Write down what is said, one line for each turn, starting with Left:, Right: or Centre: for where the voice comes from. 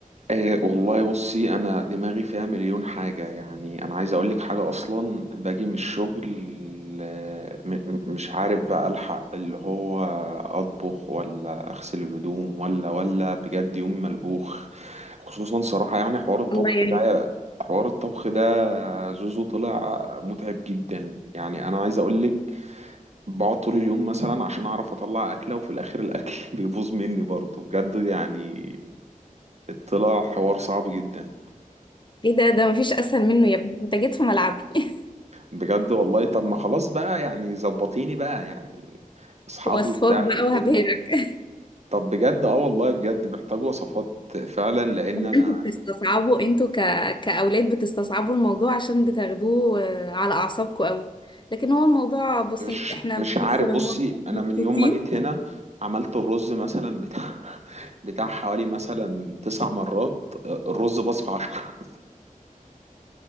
Right: آه والله بصي انا دماغي فيها مليون حاجة يعني انا عايز اقولك حاجة اصلا باجي من الشغل آه، م- م- مش عارف بقى الحق اللي هو اطبخ ولا اغسل الهدوم ولا ولا بجد يوم ملبوخ خصوصا صراحة يعني حوار الطبخ
Left: الله يعينك
Right: ده حوار الطبخ ده زوزو طلع متعب جدا يعني انا عايز اقولك بقعد طول اليوم مثلا عشان اعرف اطلع اكله وفي الاخر الاكل <laughs> بيبوظ مني برضه بجد يعني طلع حوار صعب جدا
Left: ايه ده ده مفيش اسهل منه يا ابني انت جيت في ملعبي <laughs>
Right: بجد والله طب ما خلاص بقى يعني زبطيني بقى يعني اصحابه
Left: وصفات
Right: وبتاع
Left: بقى
Right: وكده
Left: وهبهرك <laughs>
Right: طب بجد اه والله بجد محتاج وصفات فعلا لان
Left: انتوا
Right: انا
Left: بتستصعبوا انتوا ك... كأولاد بتستصعبوا الموضوع عشان بتاخدوه آه، على اعصابكم قوي لكن هو الموضوع بسيط
Right: مش
Left: احنا
Right: مش
Left: بندخل
Right: عارف بصي
Left: المطبخ
Right: انا
Left: مبسوطين
Right: من يوم ما جيت هنا عملت الرز مثلا بتاع <laughs> بتاع حوالي مثلا تسع مرات آه، الرز باظ في عشرة